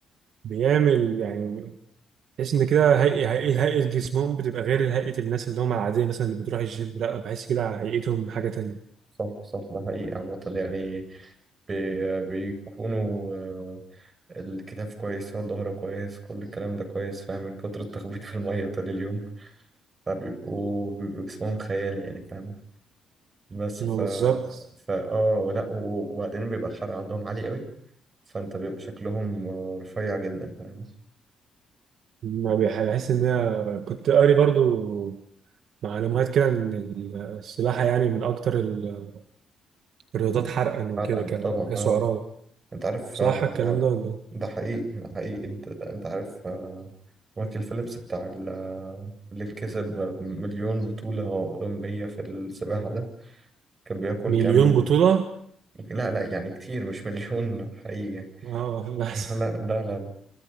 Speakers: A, on the right (about 70°); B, on the right (about 35°).
A: بيعمل يعني تحس ان كده هيئة هيئة هيئة جسمهم بتبقى غير هيئة الناس اللي هم العادية مثلا اللي بتروح الجيم لا بحس كده على هيئتهم حاجة تانية
B: صح صح ده حقيقي عامة يعني بي- بيكونوا آه، الكتاف كويس الظهر كويس كل الكلام ده كويس فاهم من كتر التخبيط في المية طول اليوم فبيبقوا بيبقوا جسمهم خيالي يعني فاهم بس
A: ما
B: ف
A: بالظبط
B: فا اه لا وبعدين بيبقى الحرق عندهم عالي قوي فانت بيبقى شكلهم آه، رفيع جدا فاهم
A: ما بح- بحس ان هي كنت قاري برضو معلومات كده ان السباحة يعني من اكتر ال- الرياضات حرقا وكده
B: حرقا
A: ك-
B: طبعا
A: كسعرات
B: اه انت عارف
A: صح
B: آه،
A: الكلام ده ولا إيه؟
B: ده حقيقي ده حقيقي انت انت عارف آه، مايكل فيليبس بتاع ال- آه، اللي كسب مليون بطولة أولمبية في السباحة ده كان بياكل
A: مليون
B: كام
A: بطولة
B: لا لا يعني كتير مش مليون حقيقي يعني.
A: اه <laughs> بس
B: <laughs> لا لا لا لا.